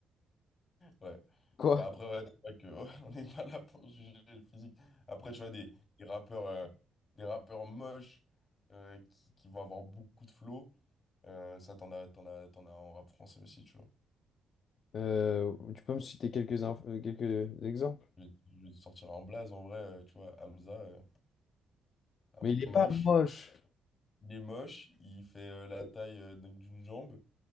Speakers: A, on the left; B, on the left.
A: Ouais.
B: Quoi?
A: Bah après, ouais, c'est vrai que, ouais, <laughs> on n'est pas là pour juger le physique. Après, tu vois, des, des rappeurs, euh, des rappeurs moches euh, qui, qui vont avoir beaucoup de flow, euh, ça, t'en as, t'en as, t'en as en rap français aussi, tu vois.
B: Euh, tu peux me citer quelques, inf- euh, quelques exemples?
A: Je vais, je vais te sortir en blaze, en vrai, euh, tu vois, Hamza, euh, un
B: Mais
A: mec
B: il n'est pas
A: moche.
B: moche.
A: Il est moche, il fait euh, la taille euh, d'une d'une jambe.